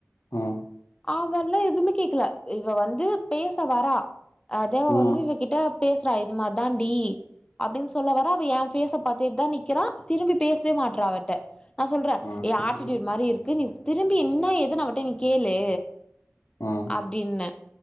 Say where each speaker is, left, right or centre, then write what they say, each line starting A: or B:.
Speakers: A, on the left (about 85°); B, on the left (about 20°).
A: ம்
B: அவில்ல எதுவுமே கேக்கல இவ வந்து பேச வரா அ தேவ
A: ம்
B: வந்து இவ கிட் ட பேசறா இது மார்தான்டி அப்டின்னு சொல்ல வர அவ எ ஃபேச பாத்தட்டு தா நிக்கறா திரும்பி பேசவே மாட்றா அவள்ட்ட நா சொல்ற
A: ம்
B: ஏ
A: ம்
B: ஆட்டிடியூட் மாரி இருக்கு நீ திரும்பி என்ன ஏதுன் அவட்ட நீ கேளு
A: ம்
B: அப்டின்ன